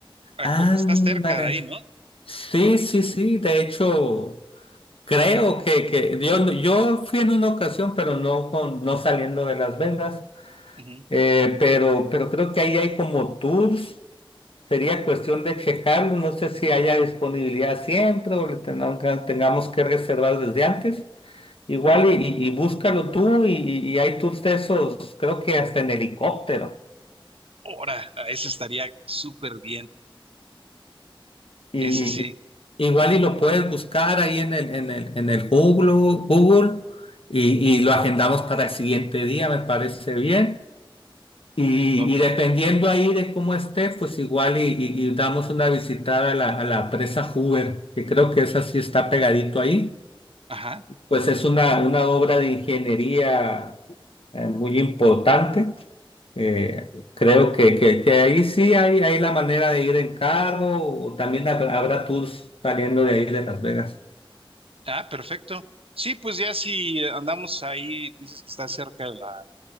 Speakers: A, on the right; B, on the left.
A: A
B: Ándale.
A: co- Estás cerca de ahí, ¿no?
B: Sí, sí, sí. De hecho, creo que, que yo, no, yo fui en una ocasión, pero no, con, no saliendo de Las Vegas.
A: Ujú.
B: Eh, pero, pero creo que ahí hay como tours. Sería cuestión de checarlo. No sé si haya disponibilidad siempre o le tengan- que- tengamos que reservar desde antes. Igual y, y- y búscalo tú y, y- y hay tours de esos, creo que hasta en helicóptero.
A: Ahora, ese estaría súper bien.
B: Y,
A: Ese sí.
B: Igual y lo puedes buscar ahí en el, en el, en el Google, Google y, y lo agendamos para el siguiente día, me parece bien. Y,
A: Bo-
B: y dependiendo ahí de cómo esté, pues igual y, y- y damos una visitada a la, a la presa Hoover, que creo que esa sí está pegadito ahí.
A: Ajá.
B: Pues es una, una obra de ingeniería eh, muy importante. Eh, creo que, que, que ahí sí hay, hay la manera de ir en carro o también habrá habrá tours saliendo de ahí de Las Vegas.
A: Ah, perfecto. Sí, pues ya si andamos ahí, dices que está cerca la,